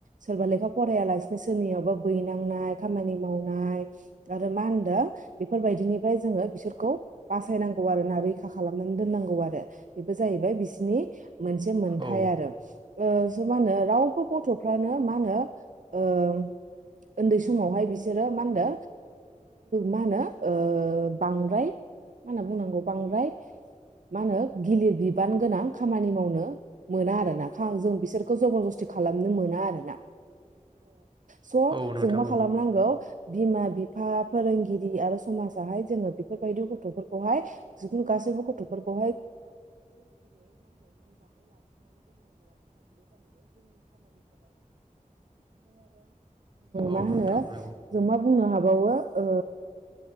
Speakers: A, on the right; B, on the right.
A: सोरबा लेखा फरायालासिनो सोरनियावबा बैनांनाय खामानि मावनाय, आरो मा होनो? बेफोरबायदिनिफ्राय जोङो बिसोरखौ बासायनांगौ आरोना रैखा खालामनानै दोननांगौ आरो। बेबो जाहैबाय बिसिनि मोनसे मोनथाय
B: औ
A: आरो ओ मा होनो रावबो गथ' फ्रानो मा होनो ओ उन्दै समावहाय बिसोरो मा होनदो? मा होनो अ बांद्राय मा होनना बुंनांगौ बांद्राय मा होनो? गिलिर बिबान गोनां खामानि मावनो मोना आरोोना खा जों बिसोरखौ जबर जस्थि खालामनो मोना आरोोना। स
B: औ नोंथां
A: जों मा खालामनांगौ बिमा बि फा फोरोंगिरि आरो समाजाहाय जोङो बेफोरबायदि गथफोरखौहाय गासैबो गथफोरखौ। <unintelligible> <unintelligible> आरो
B: औ
A: मा होनो?
B: नोंथां नंगौ
A: बुंनो हाबावो ओ